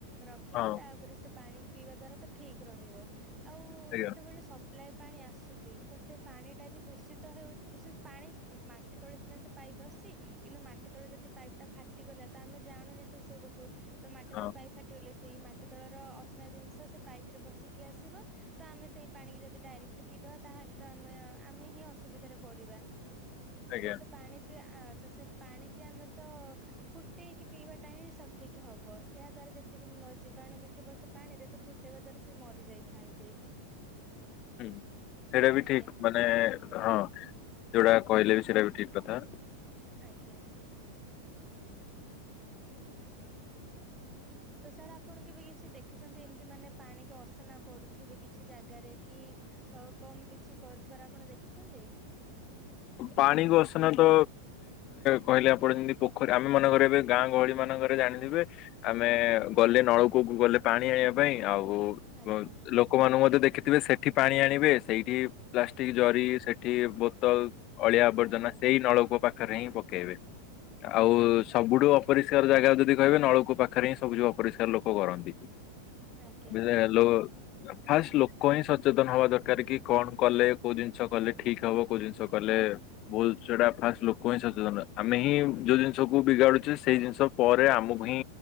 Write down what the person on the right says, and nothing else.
ରଖିକି
ତାପରେ ସେ ପାଣି ପିଇବା ଦ୍ଵାରା ତ ଠିକ ରହିବ ଆଉ
ଯେତେବେଳେ ସପ୍ଲାଇ ପାଣି ଆସୁଛି ତ ସେ ପାଣିଟା ବି ଦୂଷିତ ହେଉଛି ସେ ପାଣି କେତେବେଳେ ସିନା ସେ ପାଇପ ଆସଛି କିନ୍ତୁ ମାଟି ତଳେ ଯଦି ପାଇପ୍ ଟା ଫାଟିଗଲା ତ ଆମେ ଜାଣୁନି ସେ ସବୁକୁ ତ ମାଟି
ତଳ ପାଇପ୍ ଫାଟିଗଲେ ସେଇ ମାଟି ଦୋଳର ଅସିିନା ଜିନିଷ ସେ ପାଇପ ରେ ବସିକି ଆସିବ ତ ଆମେ ସେଇ ପାଣିିକି ଯଦି ଡାଇରେକ୍ଟ ପିଇଦବା ତାହେଲେ ତ ଆମେ ଆମେ ହିଁ ଅସୁବିଧାରେ ପଡ଼ିବା
ତ ସେ ପାଣିିକି ତ ସେ ପାଣିକି ଆମେ ତ ଫୁଟେଇକି ପିଇବା ଟା ହିଁ ସଠିକ୍ ହବ ଏହା ଦ୍ଵାରା ଯେ ସେତିକି ଜୀବାଣୁ ବି ବ ସେ ପାଣି ରେ ତ ଫୁଟେଇବା ଦ୍ଵାରା ସେ ମରି ଯାଇଥାନ୍ତି
ଆଜ୍ଞା
ଆଜ୍ଞା ହ ତ ସାର୍ ଆପଣ କେବେ କିଛି ଦେଖିଛନ୍ତି ଏମିତି ମାନେ ପାଣିକ ଅସନା କରୁଥିବେ କିଛି ଜାଗାରେ କି ଅ କମ କିଛି କରୁଥିବାର ଆପଣ ଦେଖିଛନ୍ତି
ଆଜ୍ଞା
ଆଜ୍ଞା
ଆଜ୍ଞା।